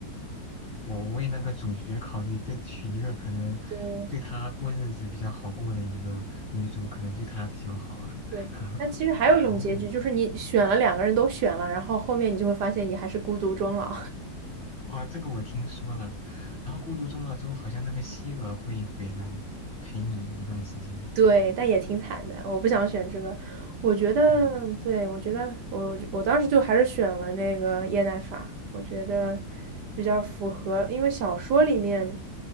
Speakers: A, on the left; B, on the right.
A: 我为那个主角考虑，对，娶一个可能对他过日子比较好过的一个女主，
B: 对
A: 可能对他比较好。
B: 对。
A: <laughs>
B: 那其实还有一种结局，
A: 我就这么想。
B: 就是你选了两个人都选了，然后后面你就会发现你还是孤独终老。
A: 哦，这个我听说了。然后《孤独终老》之后，好像那个希尔会回来陪你一段时间。
B: 对，但也挺惨的。我不想选这个，我觉得，
A: 对，
B: 对，我觉得我我当时就还是选了那个叶奈法，我觉得
A: 哦
B: 比较符合，因为小说里面